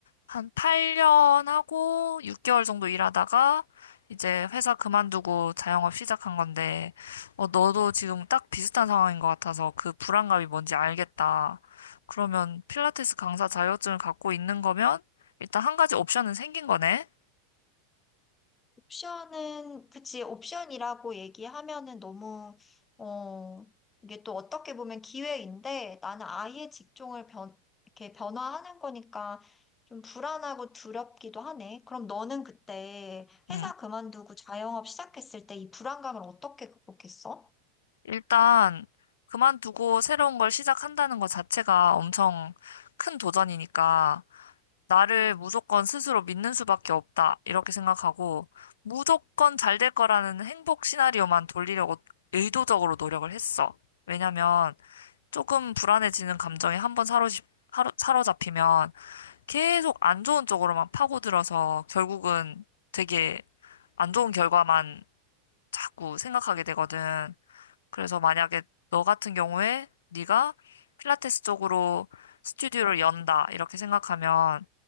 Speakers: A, on the left (about 65°); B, on the left (about 15°).
A: 한 8년 하고 6개월 정도 일하다가 이제 회사 그만두고 자영업 시작한 건데, 어, 너도 지금 딱 비슷한 상황인 것 같아서 그 불안감이 뭔지 알겠다. 그러면 필라테스 강사 자격증을 갖고 있는 거면 일단 한 가지 옵션은 생긴 거네?
B: 옵션은, 그치, 옵션이라고 얘기하면은 너무, 어, 이게 또 어떻게 보면 기회인데, 나는 아예 직종을 변, 이렇게 변화하는 거니까 좀 불안하고 두렵기도 하네. 그럼 너는 그때 회사
A: 응.
B: 그만두고 자영업 시작했을 때 이 불안감을 어떻게 극복했어?
A: 일단 그만두고 새로운 걸 시작한다는 것 자체가 엄청 큰 도전이니까 나를 무조건 스스로 믿는 수밖에 없다. 이렇게 생각하고, 무조건 잘 될 거라는 행복 시나리오만 돌리려고 의도적으로 노력을 했어. 왜냐면, 조금 불안해지는 감정에 한번 사로잡, 하루- 사로잡히면 계속 안 좋은 쪽으로만 파고들어서 결국은 되게 안 좋은 결과만 자꾸 생각하게 되거든. 그래서 만약에 너 같은 경우에 네가 필라테스 쪽으로 스튜디오를 연다 이렇게 생각하면